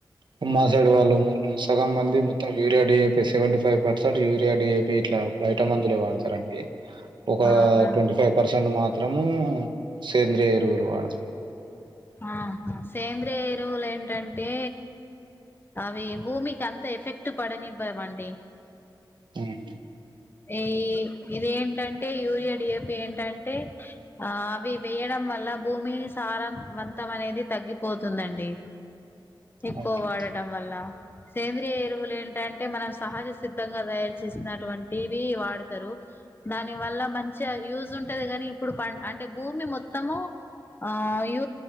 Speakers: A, on the right (about 70°); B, on the left (about 25°).
A: మా సైడ్ వాళ్ళు సగం మంది మొత్తం urea DAP seventy five percent urea DAP ఇట్ల బయట మందులే వాడతారన్ కే ఒగా
B: అవునా
A: ట్వంటీ ఫైవ్ పర్సెంట్ మాత్రము సేంద్రియ ఎరువులు వాడతాం
B: ఆహా సేంద్రయ ఎరువులు ఏంటంటే అవి భూమికి అంత ఎఫెక్ట్ పడనివ్వవండి
A: మ్మ్
B: ఈ ఇదేంటంటే యూరియా డిఏపి ఏంటంటే ఆ అవి వేయడం వల్ల భూమి సారం మొత్తం అనేది తగ్గిపోతుందండి ఎక్కువ
A: అవును
B: వాడటం వల్ల సేంద్రియ ఎరువులు ఏంటంటే మనం సహజ సిద్ధంగా తయారు చేసినటువంటివి వాడతారు దాని వల్ల మంచిగ యూజ్ ఉంటది కాని ఇప్పుడు ప అంటే భూమి మొత్తము ఆయు